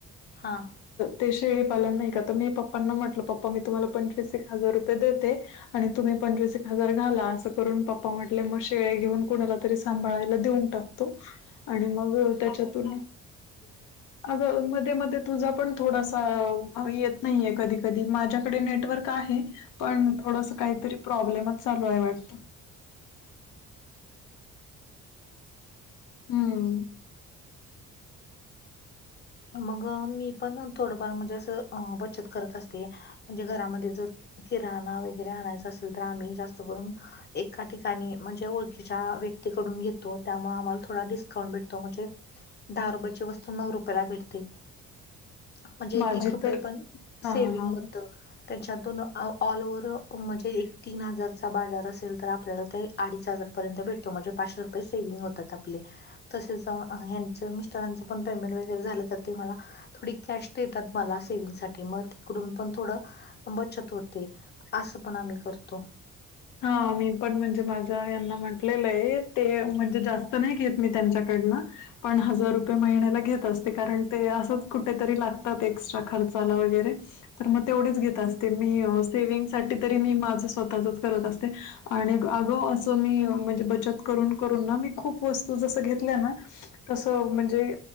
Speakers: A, on the left; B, on the left.
A: हा
B: ते शेळीपालन नाही का तर मी पप्पांना म्हटलं पप्पा मी तुम्हाला पंचवीस एक हजार रुपये देते आणि तुम्ही पंचवीस एक हजार घाला असं करून पप्पा म्हटले मग शेळ घेऊन कुणाला तरी सांला देऊन टाकतो आणि मग त्याच्यातून
A: ह
B: अग मध्ये मध्ये तुझा पण थोडासा येत नाहीये कधी कधी माझ्याकडे नेटवर्क का पण थोडस काहीतरी प्रॉब्लेमच चालू आहे वाटतं हम्म
A: मग मी पण थोडंफार म्हणजे असं बचत करत असते म्हणजे घरामध्ये जर किराणा वगैरे आणायचा असेल तर आम्ही जास्त करून एका ठिकाणी म्हणजे ओळखीच्या व्यक्तीकडून घेतो त्यामुळे आम्हाला थोडा डिस्काउंट भेटतो म्हणजे दहा रुपयाची वस्तू नऊ रुपयाला भेटते म्हणजे
B: माझी
A: एक एक रुपये
B: तर
A: पण
B: हा
A: सेविंग
B: हा हा
A: होत त्याच्यातून ऑल ओवर्ह म्हणजे एक तीन हजारचा बाजार असेल तर आपल्याला ते अडीच हजारपर्यंत भेटतो म्हणजे पाचशे रुपये सेव्हिंग होतात आपले तसेच हचं मिस्टरांचं पण पेमेंट व झा तर ते मला थोडी कॅश देतात मला सेव साठी मग तिकडून पण थोड बचत होते असं पण आम्ही करतो
B: हा मी पण म्हणजे माझ्या यांना म्हटलेलं आहे ते म्हणजे जास्त नाही घेत मी त्यांच्याकडनं पण हजार रुपये महिन्याला घेत असते कारण ते असंच कुठेतरी लागतात एक्स्ट्रा खर्चाला वगैरे तर मग तेवढेच घेत असते मी सेवि्हंग साठी तरी मी माझं स्वतःचच करत असते आणि अगं असं मी म्हणजे बचत करून करून ना मी खूप वस्तू जसं घेतल्या ना तसं म्हणजे